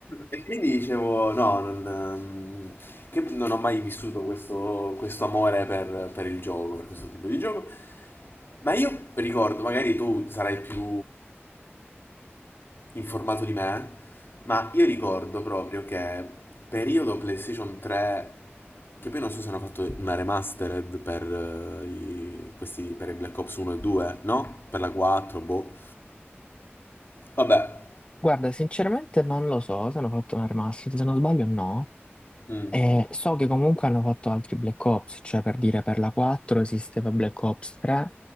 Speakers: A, on the left (about 60°); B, on the left (about 25°).
A: E quindi dicevo, no, non, ehm, che non ho mai vissuto questo, questo amore per, per il gioco, per questo tipo di gioco. Ma io ricordo, magari tu sarai più informato di me, ma io ricordo proprio che periodo PlayStation 3, che poi non so se hanno fatto una remastered per, eh, i, questi, per i Black Ops 1 e 2, no? Per la 4, boh. Vabbè,
B: Guarda, sinceramente non lo so se hanno fatto un remaster, se non sbaglio no.
A: mm,
B: Eh, so che comunque hanno fatto altri Black Ops, cioè per dire per la 4 esisteva Black Ops 3,